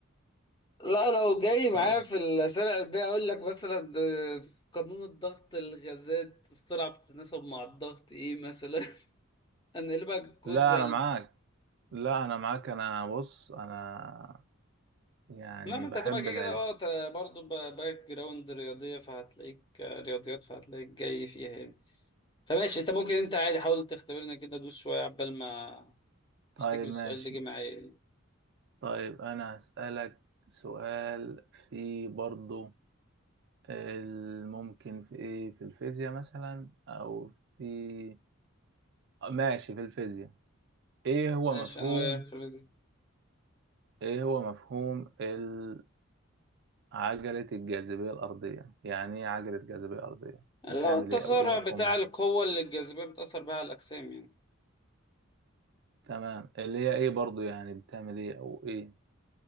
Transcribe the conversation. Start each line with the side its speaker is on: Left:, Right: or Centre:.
Left: لا لو جاي معايا
Right: طبعا
Left: في الأسئلة العلمية أقول لك مثلا ده في قانون الضغط الغازات السرعة بتتناسب مع الضغط إيه مثلا <laughs> أنا لك
Right: لا
Left: جزء
Right: انا معاك لا انا معاك انا بص انا يعني
Left: لا ما
Right: بحب
Left: انت هتبقى كده
Right: العلم
Left: كده اه ت- برضه ب- باك جراوند رياضية فهتلاقيك آه، رياضيات فهتلاقيك جاي فيها يعني فماشي انت ممكن انت عادي حاول تختبرنا كده دوس شوية عبال ما
Right: طيب
Left: افتكر السؤال
Right: ماشي
Left: اللي جه معايا يعني.
Right: طيب انا هسألك سؤال في برضو الممكن في ايه في الفيزياء مثلا او في ماشي في الفيزياء ايه هو
Left: ماشي
Right: مفهوم
Left: انا وياك في الفيزياء
Right: ايه هو مفهوم ال- عجلة الجاذبية الأرضية يعني ايه عجلة جاذبية أرضية
Left: اللي
Right: بتعمل
Left: هو التسارع
Right: ايه او ايه مفهومها
Left: بتاع القوة اللي الجاذبية بتأثر بها على الأجسام يعني
Right: تمام اللي هي ايه برضو يعني بتعمل ايه او ايه